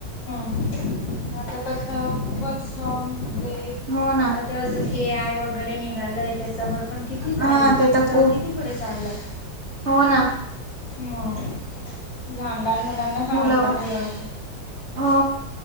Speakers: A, on the left; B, on the right.
A: म आता प तावा खूपच <unintelligible> म्हणजे
B: हो ना
A: आता ते अजून एआये वगैरे निघालंय. त्याच्यावर पण किती काही
B: हा ते तर
A: जग
B: खूप
A: किती पुढे चाललंय
B: हो ना
A: मग लहा लहान मुलांना सांगितलं
B: मुलं
A: तरी येतं.
B: हो